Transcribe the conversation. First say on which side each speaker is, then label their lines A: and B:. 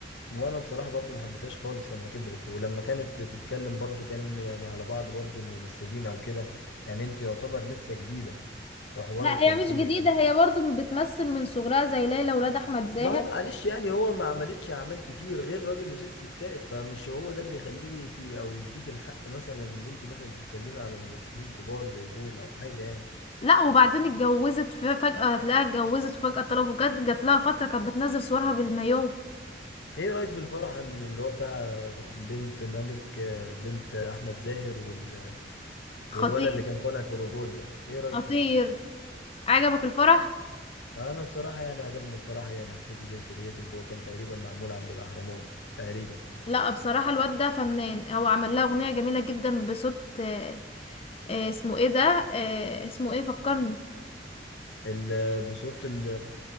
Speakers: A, on the left; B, on the left.
A: وانا بصراحة برضو ما حبيتهاش خالص لما كبرت ولما كانت بتتكلم برضو كان يعني على بعض برضو الممثلين او كده يعني انت يعتبر لسه جديدة في حوار
B: لا
A: التمثيل
B: هي مش جديدة
A: فم-
B: هي برضو بتمثل من صغرها زي ليلى ولاد أحمد زاهر
A: ما هو معلش يعني هو ما عملتش اعمال كتير غير راجل وست ستات فمش هو ده اللي يخليكي او يديك الحق مثلا اللي انت مثلا تتكلمي على ممثلين كبار زي دول او حاجة يعني
B: لا وبعدين اتجوزت ف- فجاه هتلاقيها اتجوزت وفجاه طلبوا جت جات لها فتره كانت بتنزل صورها بالمايو
A: ايه رأيك في الفرح اللي هو بتاع بنت ملك آه، بنت احمد زاهر وال... والولد
B: خطير
A: اللي كان طالع في الروبوت ده ايه رأيك
B: خطير
A: فيه
B: عجبك الفرح
A: انا بصراحه يعني عجبني الفراحه يعني حسيته زي كرياتيف هو كان تقريبا معمول عند الاهرامات تقريبا
B: لا بصراحة الواد ده فنان هو عمل لها أغنية جميلة جدا بصوت آه، آه، اسمه ايه ده آه، اسمه ايه فكرني
A: ال- آه، بصوت ال-